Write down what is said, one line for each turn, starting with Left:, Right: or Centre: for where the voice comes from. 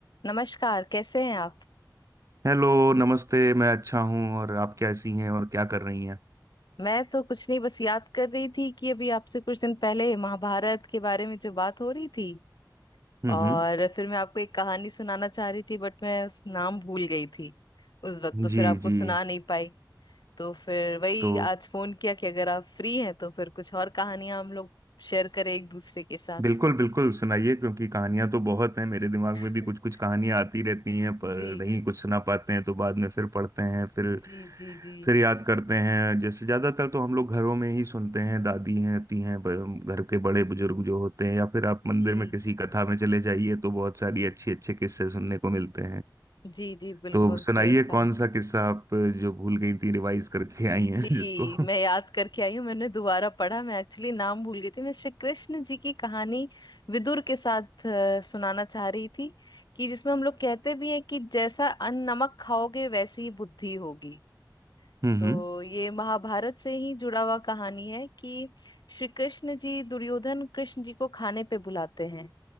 Left: नमस्कार कैसे हैं आप
Right: Hello नमस्ते मैं अच्छा हूँ और आप कैसी हैं और क्या कर रही हैं
Left: मैं तो कुछ नहीं बस याद कर रही थी कि अभी आपसे कुछ दिन पहले महाभारत के बारे में जो बात हो रही थी
Right: हम्म
Left: और
Right: हम्म
Left: फिर मैं आपको एक कहानी सुनाना चाह रही थी बट मैं उस नाम भूल गई थी उस वक्त तो फिर
Right: जी
Left: आपको
Right: जी
Left: सुना नहीं पाई तो फिर वही
Right: तो
Left: आज फोन किया कि अगर आप फ्री हैं तो फिर कुछ और कहानियां हम लोग शेयर करें एक दूसरे के साथ
Right: बिल्कुल बिल्कुल सुनाइए क्योंकि कहानियां तो बहुत हैं मेरे दिमाग में
Left: <laughs>
Right: भी कुछ कुछ कहानियां आती रहती हैं पर
Left: जी
Right: नहीं कुछ सुना पाते हैं तो बाद में फिर पढ़ते हैं फिर
Left: जी जी जी
Right: फिर याद करते हैं जैसे ज्यादातर तो हम लोग घरों में ही सुनते हैं दादी हैं होती हैं ब- घर के बड़े बुजुर्ग जो होते हैं या फिर आप मंदिर
Left: जी
Right: में किसी कथा में चले जाइए तो बहुत सारी अच्छे अच्छे किस्से सुनने को मिलते
Left: जी जी बिल्कुल
Right: तो सुनाइए
Left: सही कहा
Right: कौन सा किस्सा आप जो भूल गई थी रिवाइज करके
Left: जी
Right: आई हैं <laughs> जिसको हम्म
Left: मैं याद करके आई हूँ मैंने दोबारा पढ़ा मैं एक्चुअली नाम भूल गई थी मैं श्री कृष्ण जी की कहानी विदुर के साथ अ, सुनाना चाह रही थी कि जिसमें हम लोग कहते भी हैं कि जैसा अन्न नमक खाओगे वैसी ही बुद्धि होगी
Right: हम्म
Left: तो ये महाभारत से ही जुड़ा हुआ कहानी है कि श्री कृष्ण जी दुर्योधन कृष्ण जी को खाने पे बुलाते हैं